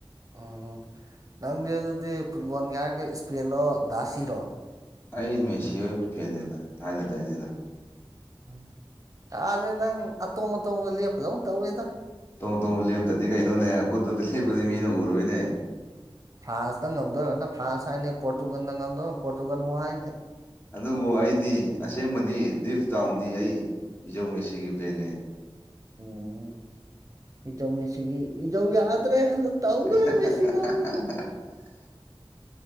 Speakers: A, on the right; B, on the left.
A: ꯎꯝ ꯅꯪꯗꯤ ꯑꯗꯨꯗꯤ ꯐꯨꯠꯕꯣꯜ ꯍꯥꯏꯔꯒ ꯏꯁꯄꯔꯤꯜꯂꯣ ꯗꯥ ꯁꯤꯔꯣ
B: ꯑꯩ ꯃꯦꯁꯤ ꯐꯦꯟꯅꯤꯗ ꯊꯥꯏꯅꯗꯣꯏꯅꯤꯗ
A: ꯎꯝ ꯌꯥꯗꯦ ꯅꯪ ꯑꯇꯣꯡ ꯑꯇꯣꯡꯕꯗ ꯂꯦꯞꯄꯗꯧ ꯇꯧꯋꯦꯗ
B: ꯇꯣꯡꯉꯨ ꯇꯣꯡꯉꯣ ꯂꯦꯞꯇꯗꯤ ꯀꯩꯅꯣꯅꯦ ꯑꯀꯨꯠꯄꯗꯤ ꯂꯦꯞꯄꯗꯤ ꯃꯤꯅ ꯎꯔꯣꯏꯅꯦ
A: ꯐ꯭ꯔꯥꯟꯁꯇ ꯉꯝꯗꯧꯔꯅ ꯐ꯭ꯔꯥꯟꯁ ꯍꯥꯏꯅ ꯄꯣꯔꯇꯨꯒꯜꯗ ꯉꯝꯗꯧꯔ ꯄꯣꯔꯇꯨꯒꯜ ꯑꯃꯨꯛ ꯍꯥꯏ
B: ꯑꯗꯨꯕꯨ ꯑꯩꯗꯤ ꯑꯁꯦꯡꯕꯅꯤ ꯗꯤꯞ ꯗꯥꯎꯟꯗꯤ ꯑꯩ ꯏꯖꯧ ꯃꯦꯁꯤꯒꯤ ꯕꯦꯟꯅꯦ
A: ꯎꯝ ꯏꯖꯧ ꯃꯦꯁꯤꯒꯤ ꯏꯖꯧ ꯌꯥꯗ꯭ꯔꯦ ꯍꯟꯗꯛ ꯇꯧꯈ꯭ꯔꯦ
B: <unintelligible>
A: ꯃꯦꯁꯤꯅ ꯑꯃꯨꯛ